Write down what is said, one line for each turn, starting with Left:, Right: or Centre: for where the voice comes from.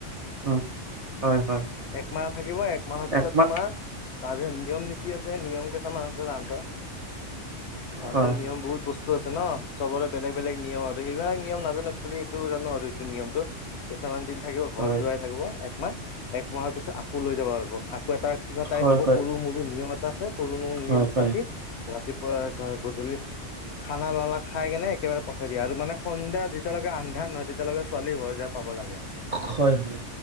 Right: হা হয় হয়
Left: একমাহ থাকিব একমাহৰ পিছত
Right: একমাহ
Left: তোমাৰ তাৰপিছত নিয়ম নীতি আছে নিয়ম কে আছে তাহাতৰ। তাহাতৰ
Right: হয়
Left: নিয়ম
Right: হয়
Left: বহুত বস্তু আছে ন চবৰে বেলেগ বেলেগ নিয়ম আৰু সেইবিলাক নিয়ম নাজানো খালি এইটো জানো আৰু এইটো নিয়মটো। কিছুমান দিন থাকিব ঘৰ
Right: হয়
Left: জোৱাই থাকিব একমাহ এক পিছত আকৌ লৈ যাব পাৰিব আকৌ এটা কিবা টাইপ
Right: হয়
Left: হ'ব সৰু মৰু নিয়ম এটা আছে সৰু নিয়মটো
Right: হয় হয়
Left: পাতি ৰাতিপুৱা গধূলি খানা লানা খাই কেনে একেবাৰে পঠাই দিয়ে মানে সন্ধা যেতিয়া লাকে আন্ধাৰ নহয় তেতিয়া লৈকে ছোৱালী ঘৰ যায় পাব লাগে আৰু
Right: হয়, হয়।